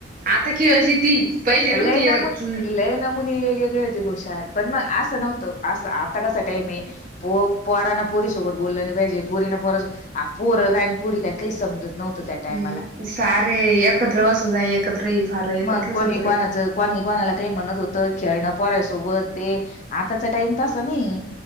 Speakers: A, on the right; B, on the left.
A: आता खेळशी ती पहिले नव्हती
B: लय नमुन
A: येत
B: लय नमुनी वेगवेगळे षात पण मग असं नव्हतं असं आता कसा टाइम आहे. पो पोरानं ना पोरी सोबत बोल नाही पाहिजे, पुरीना पोरानं सोबत आ पोरं काय पोरी काय काही समजत नव्हतं त्या टायमाला.
A: हम्म सारे एकत्र बसायचे एकत्र ये फार एकत्रच
B: मग कोणी
A: होतोय.
B: कोणाचं कोणी कोनाला काही म्हणत होत खेळणं पोरासोबत ते आताचा टाइम तसा नाही.